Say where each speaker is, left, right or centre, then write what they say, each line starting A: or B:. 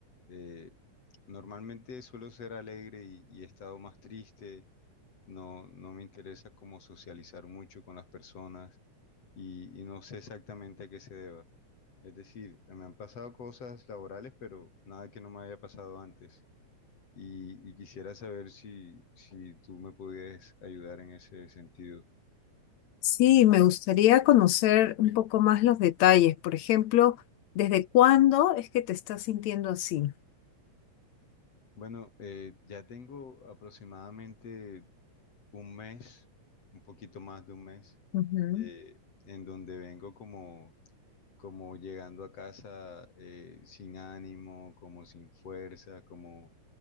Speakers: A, on the left (about 55°); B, on the left (about 70°).
A: Eh, normalmente suelo ser alegre y, y he estado más triste. No, no me interesa como socializar mucho con las personas y y no sé exactamente a qué se deba. Es decir, me han pasado cosas laborales, pero nada que no me haya pasado antes. Y, y quisiera saber si, si tú me pudieras ayudar en ese sentido.
B: Sí, me gustaría conocer un poco más los detalles. Por ejemplo, ¿desde cuándo es que te estás sintiendo así?
A: Bueno, eh, ya tengo aproximadamente un mes, un poquito más de un mes,
B: Ujú.
A: eh, en donde vengo como, como llegando a casa eh, sin ánimo, como sin fuerza, como,